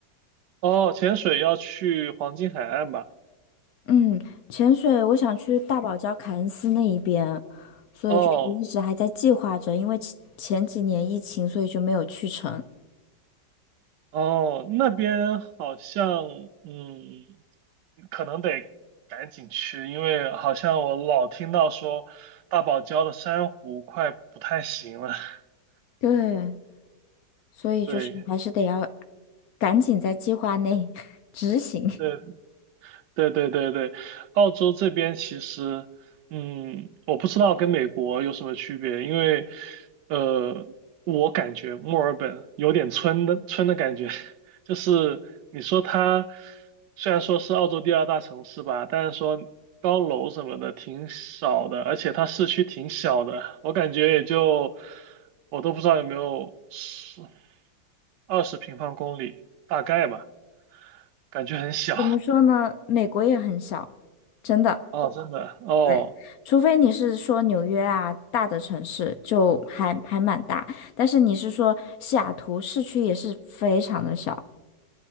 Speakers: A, on the right (about 75°); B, on the left (about 65°).
A: 哦，潜水要去黄金海岸吧？
B: 嗯，潜水我想去大堡礁凯恩斯那一边，所以就是一直还在计划着，
A: 哦
B: 因为前前几年疫情，所以就没有去成。
A: 哦，那边好像嗯，可能得赶紧去，因为好像我老听到说大堡礁的珊瑚快不太行了。<laughs>
B: 对，所以就是还是得要
A: 对
B: 赶紧在计划内 <laughs> 执行。
A: 对对对对对，澳洲这边其实，嗯，我不知道跟美国有什么区别，因为，呃，我感觉墨尔本有点村的村的感觉，<laughs> 就是你说它虽然说是澳洲第二大城市吧，但是说高楼什么的挺少的，而且它市区挺小的，我感觉也就我都不知道有没有十二十平方公里，大概吧，感觉很小。
B: 怎么说呢？美国也很小，真的。
A: 哦，真的哦
B: 对，除非你是说纽约啊，大的城市就还还蛮大，但是你是说西雅图市区也是非常的小。